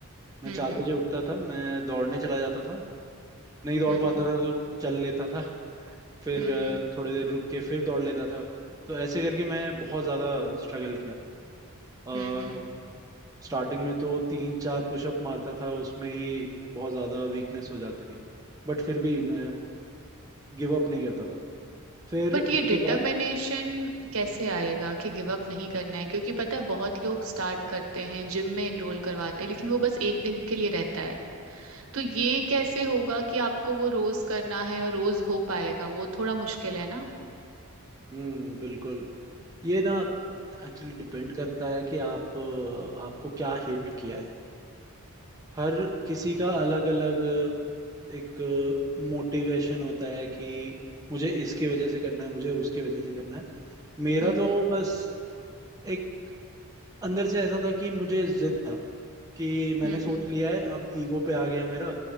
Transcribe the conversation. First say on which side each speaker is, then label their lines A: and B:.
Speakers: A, on the right; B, on the right.
A: मैं
B: हम्म
A: चार बजे उठता था मैं दौड़ने चला जाता था नहीं दौड़
B: हम्म
A: पाता था तो चल लेता था फिर
B: हम्म
A: अ,
B: हम्म
A: थोड़ी देर रुक के फिर दौड़ लेता था तो ऐसे करके मैं बहुत ज़्यादा स्ट्रगल किया
B: हम्म हम्म
A: स्टार्टिंग में तो तीन चार पुशअप मारता था उसमें ही बहुत ज़्यादा वीकनेस हो जाती थी बट फिर भी मैं गिव अप नहीं करता था फिर
B: बट ये
A: उसके
B: डिटर्मिनेशन
A: बाद
B: कैसे आएगा कि गिव अप नहीं करना है क्योंकि पता है बहुत लोग स्टार्ट करते हैं जिम में एनरोल करवाते हैं लेकिन वो बस एक दिन के लिए रहता है तो ये कैसे होगा कि आपको वो रोज करना है और रोज हो पाएगा वो थोड़ा मुश्किल है ना
A: हम्म बिल्कुल ये ना एक्चुअली डिपेंड करता है कि आप अ, आपको क्या हिट किया है हर किसी का अलग अलग एक मोटिवेशन होता है कि मुझे इसके वजह से करना है मुझे उसके वजह से करना है मेरा
B: हम्म
A: तो
B: हम्म
A: बस एक अंदर से ऐसा था कि मुझे जिद था कि मैंने
B: हम्म
A: सोच
B: हम्म
A: लिया है अब ईगो पे आ गया है मेरा